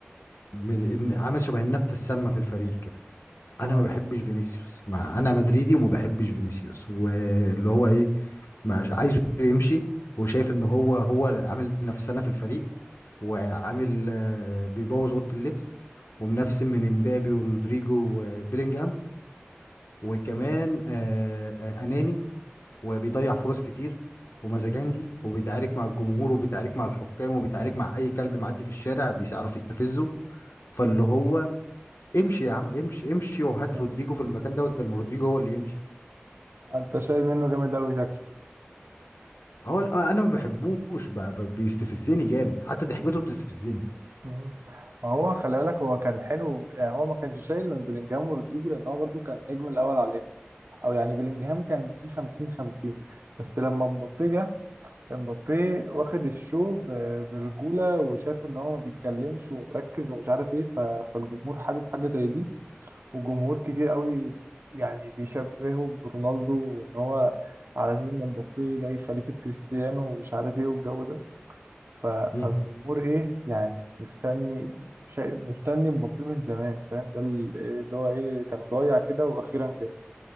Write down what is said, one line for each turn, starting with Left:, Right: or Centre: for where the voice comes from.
Left: من إن- عامل شبه النبته السامه في الفريق كده
Right: امم
Left: انا ما بحبش فينيسيوس ما انا مدريدي وما بحبش فينيسيوس واللي هو ايه ما عايزه يمشي وشايف ان هو هو عامل نفسنا في الفريق وعامل آه، بيبوظ اوضه اللبس ومنفسن من امبابي ورودريجو وبيلينجهام وكمان آه، آه، اناني وبيضيع فرص كتير ومزاجنجي وبيتعارك مع الجمهور وبيتعارك مع الحكام وبيتعارك مع اي كلب معدي في الشارع بيعرف يستفزه فاللي هو امشي يا عم امشي امشي وهات
Right: انت
Left: رودريجو في المكان دوت ده رودريجو هو اللي يمشي
Right: انت شايل منه جامد قوي شكله
Left: هو لا، انا ما بحبوش ب- ب- بيستفزني جامد حتى ضحكته بتستفزني
Right: مم. ما هو خلي بالك هو كان حلو يعني هو ما كانش شايل من بلينجهام ورودريجو لان هو برضه كان النجم الاول عليهم او يعني بلينجهام كان في 50 50 بس لما مبابي جه مبابي واخد الشو ب- برجوله وشاف ان هو ما بيتكلمش ومركز ومش عارف ايه ف- فالجمهور حابب حاجه زي دي وجمهور كتير قوي يعني بيشبهه برونالدو وان هو على اساس ان مبابي جاي خليفه كريستيانو ومش عارف ايه والجو ده ف-
Left: مم.
Right: فالجمهور ايه يعني مستني شايف مستني مبابي من زمان فاهم ده اللي هو ايه كان ضايع كده واخيرا جه.